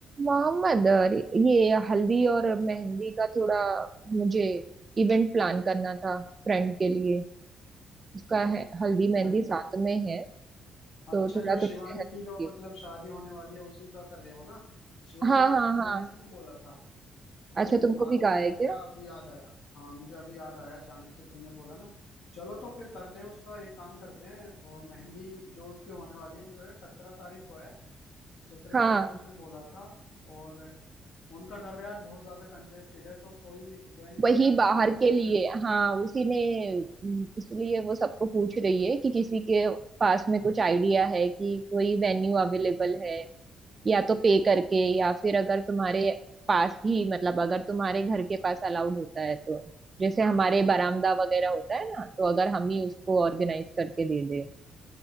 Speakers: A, on the right (about 30°); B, on the left (about 80°).
A: मोहम्मद अरे ये हल्दी और मेहंदी का थोड़ा मुझे इवेंट प्लान करना था फ्रेंड के लिए उसका है हल्दी मेहंदी
B: अच-
A: साथ में है तो
B: अच्छा
A: थोड़ा
B: जो
A: तुमसे
B: शिवानी
A: हेल्प
B: की जो
A: चाहिए
B: मतलब शादी होने वाली है उसी का कर रहे हो ना शिवानी
A: हाँ
B: ने
A: हाँ
B: यार मेरे
A: हाँ
B: से भी बोला था मेरे
A: अच्छा
B: दिमाग
A: तुमको भी
B: से
A: कहा
B: निकल
A: है
B: गया
A: क्या
B: अभी याद आया हाँ मुझे अभी याद आया अचानक से तुमने बोला ना चलो तो फिर करते हैं उसका एक काम करते हैं और मेहंदी जो उसकी होने वाली है मुझे लग रहा है सत्रह तारीख को है सत्रह
A: हाँ
B: तारीख को उसने बोला था और उनका घर यार बहुत ज्यादा कंजेस्टेड है तो कोई वेन्यू
A: वही
B: वगैरह बुक
A: बाहर
B: कर लेते
A: के
B: हैं
A: लिए
B: उनके
A: हाँ उसी ने उम, इसलिए वो सबको पूछ रही है कि किसी के पास में कुछ आइडिया है कि कोई वेन्यू अवेलेबल है या तो पे करके या फिर अगर तुम्हारे पास ही मतलब अगर तुम्हारे घर के पास अलाउड होता है तो जैसे हमारे बरामदा वगैरह होता है ना तो अगर हम ही उसको ऑर्गेनाइज करके दे दे